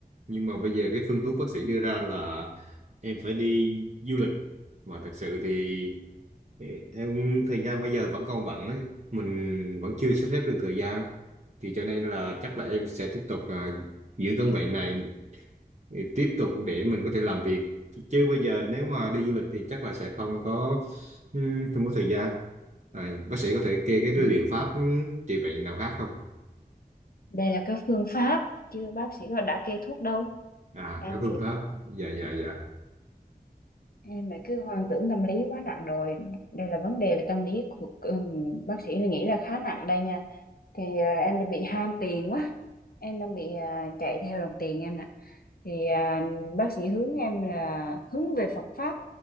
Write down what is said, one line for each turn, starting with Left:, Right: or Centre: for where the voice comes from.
Right: Nhưng mà bây giờ cái phương thuốc bác sĩ đưa ra là em phải đi du lịch. Mà thật sự thì em thời gian bây giờ vẫn còn bận ấy. Mình vẫn chưa sắp xếp được thời gian. Thì cho nên là chắc là em sẽ tiếp tục à, giữ căn bệnh này thì tiếp tục để mình có thể làm việc chứ bây giờ nếu mà đi du lịch thì chắc là sẽ không có ừm, không có thời gian à, bác sĩ có thể kê cái liệu
Left: Ừ.
Right: pháp ừm, trị bệnh nào khác không
Left: Đây là cái phương pháp chứ bác sĩ họ đã kê thuốc đâu
Right: à
Left: em
Right: cái phương
Left: bị
Right: pháp dạ dạ dạ
Left: em lại cứ hoang tưởng tâm lý quá nặng rồi đây là vấn đề về tâm lý của ừ, bác sĩ là nghĩ là khá nặng đây nha thì à, em đang bị ham tiền quá em đang bị à, chạy theo đồng tiền em nè thì à, bác sĩ hướng em là hướng về Phật pháp